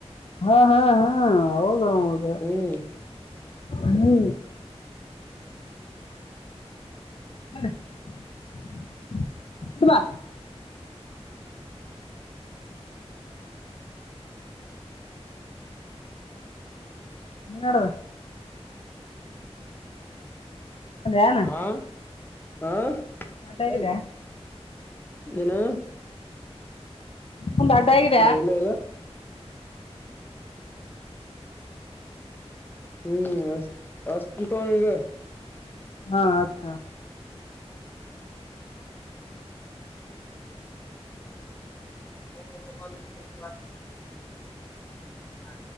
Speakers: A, on the left; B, on the left.
A: ಹಾ ಹಾ ಹಾ ಹೌದು ಹೌದ್
B: ಹ್ಮ್
A: ಹ್ಮ <inaudible> ಬಾ ಏನ್ ನಡದ್ ಏನು
B: ಹಾ ಹಾ
A: ಅಡ್ಡ ಆಗಿದೆ
B: ಏ ಏನು
A: ಉಂದ್ ಅಡ್ಡ ಆಗಿದ್ಯ
B: ಏ ಇಲ್ಲ ಇಲ್ಲ ಹ್ಮ್ ಅಚ್ಚ ಅಚ್ಚತಿನ ತೊಗ ನಿನಗ್
A: ಹಾ ಅಚ್ಚ ಹೇಳ್
B: <inaudible> ಹಾ